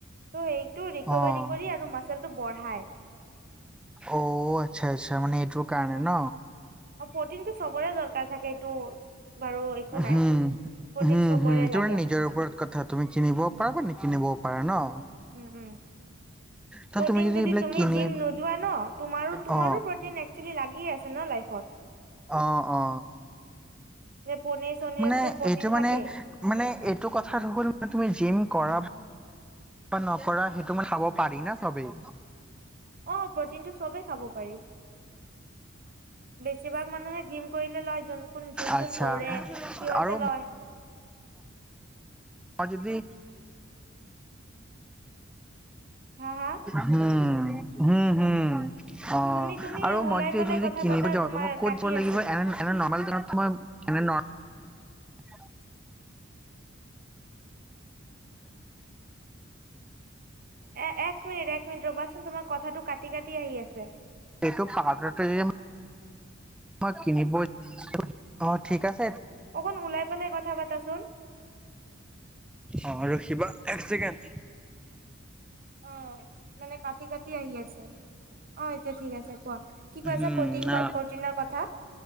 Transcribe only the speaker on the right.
টো সেইটো ৰিকভাৰি
কৰি আৰু মাছ ওজনটো বঢ়াই
আৰু প্ৰটিনটো চবৰে দৰকাৰ থাকে এইটো বাৰু একো নাই
প্ৰটিন
চবৰে
লাগে
উম উম
প্ৰটিন
যদি
তুমি
জিম নোযোৱা ন তোমাৰো তোমাৰো
প্ৰটিন এক যদি লাগি আছে ন লাইফত
যে পনিৰ চনিৰতটো
প্ৰটিন
থাকেই
অ প্ৰটিনটো চবে খাব পাৰি। বেছিভাগ মানুহে জিম কৰিলে লয় যোন কোন যোন
যোন দৌৰে সিহঁতে
লয়।
হা হা
তুমি তুমি
ওলাই
পেলাই
কথা
পাতা
তোমাৰ
কাটি
আছে
এ - এক মিনিট এক মিনিট ৰ'বাচোন তোমাৰ কথাটো কাটি কাটি আহি আছে।
অকন ওলাই পেলাই কথা পাতাচোন।
অ' মানে কাটি কাটি আহি আছে। অ' এতিয়া ঠিক আছে কোৱা। কি কৈ
আছা ফৰ্তিন ক
প্ৰটিনৰ কথা।